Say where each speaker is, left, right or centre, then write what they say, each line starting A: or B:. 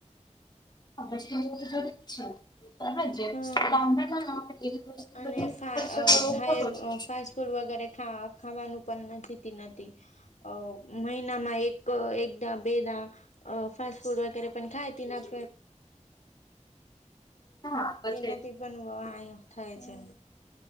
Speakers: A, on the left; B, on the left.
A: <inaudible>
B: હમ અને ફા
A: ખર્ચો કરવો
B: ભાઈ
A: ખોટો છે.
B: ફાસ્ટ ફૂટ વગેરે ખાવાનું પણ જીતી નથી. અ મહિનામાં એક એક બેદા અ ફાસ્ટ ફૂડ વગેરે પણ ખાાયતી આપ
A: હા તો
B: તે
A: છે.
B: નાથી પણ થાય છે.